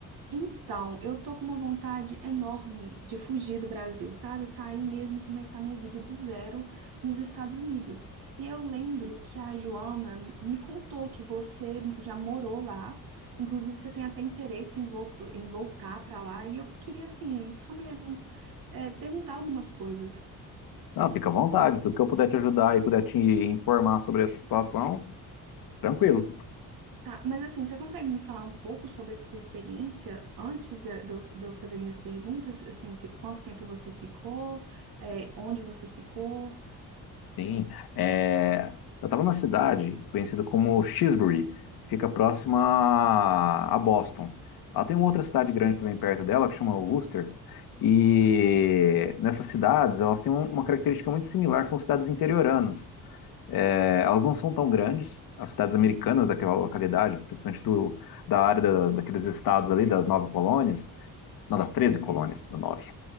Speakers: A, on the right; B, on the left.
A: Então, eu tô com uma vontade enorme de fugir do Brasil, sabe? Sair mesmo e começar minha vida do zero nos Estados Unidos. E eu lembro que a Joana me contou que você já morou lá, inclusive você tem até interesse em, vol- em voltar pra lá, e eu queria, assim, só mesmo é, perguntar algumas coisas.
B: Não, fica à vontade, tudo que eu puder te ajudar e puder te informar sobre essa situação, tranquilo.
A: Tá, mas assim, você consegue me falar um pouco sobre a sua experiência antes de, de eu de eu fazer minhas perguntas? Assim, se, quanto tempo você ficou, é, onde você ficou?
B: Sim, é, eu estava numa cidade conhecida como Shrewsbury, que fica próxima a a Boston. Ela tem uma outra cidade grande também perto dela, que chama Worcester, e nessas cidades elas têm um- uma característica muito similar com cidades interioranas. É, elas não são tão grandes, as cidades americanas daquela localidade, principalmente do, da área da, daqueles estados ali, das nove colônias, não, das 13 colônias, da nove,